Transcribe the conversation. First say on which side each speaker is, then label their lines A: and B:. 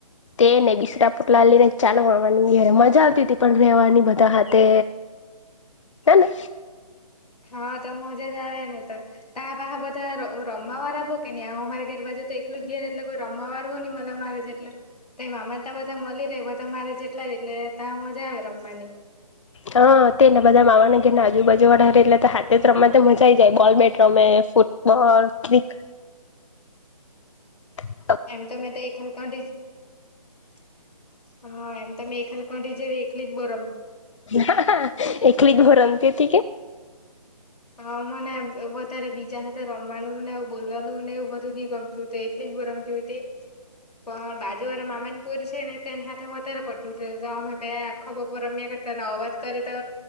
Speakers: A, on the left (about 55°); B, on the left (about 85°).
A: તેને બિસરા પટલા લઈને ચાલો માણવાનીય મજા આવતી હતી પણ રવાની બધા હાથે હેને
B: હા તો મજા જ આવે ને તો તા પાસેાપછ રમાવારબો કે ન આ અમારે ઘેર બાજુ એટલું ઘેર એટલે કોઈ રમવાર હોય મ મારે જેટલ ત મામા ત બધા મળી રહેે બધા મારે જેટલા એટલે ત્યાં મજા આવે રમવાની.
A: હ <inaudible> હ તે ને બધા મામાવાના ઘરના આજુાજુ વાળા હ એટલે તો હાતે જ રમ તો મજાઈ જાય બોલ બેટ રમે ફૂ બ ક <unintelligible>
B: એમ તોમે તો એક હ એમ તો <unintelligible> પણી જે વેલી જ બ <unintelligible>
A: હ એકલી જ ભરતી કે <unintelligible>
B: હા મને વધારે બીજા સાથે રમવાનું નેું બોલવાનું ને એવું બધું નઈ ગમતું હત એટલે બરામતી તે પણ બાજુવારે મામા ને પ છે ને તેને હથે વધતારે પડ અમે બે‌ આખા બપોર રમાય ત અવાજ કરે તો